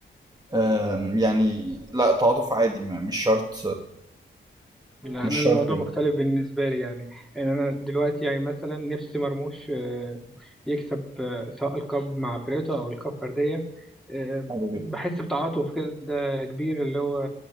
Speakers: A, on the right; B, in the centre.
A: آم، يعني لا تعاطف عادي ما- مش شرط
B: لا،
A: مش
B: انا الموضوع
A: شرط يعني
B: مختلف بالنسبة لي يعني ان انا دلوقتي يعني مثلا نفسي مرموش آه، يكسب آه، سواء الكاب مع فرقته او الكاب فردية آه،
A: حلو
B: بحس
A: جدا
B: بتعاطف كده كبير اللي هو